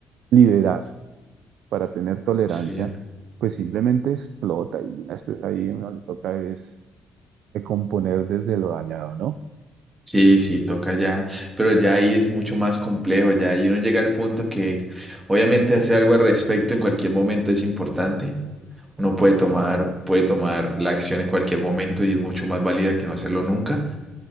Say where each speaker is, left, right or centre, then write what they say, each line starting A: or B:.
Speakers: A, on the right; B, on the right.
A: liberar, para tener tolerancia,
B: Sí.
A: pues simplemente explota y después ahí uno le toca es recomponer desde lo dañado, ¿no?
B: Sí, sí, toca ya. Pero ya ahí es mucho más complejo, ya ahí uno llega al punto que obviamente hacer algo al respecto en cualquier momento es importante. Uno puede tomar, puede tomar la acción en cualquier momento y es mucho más válida que no hacerlo nunca.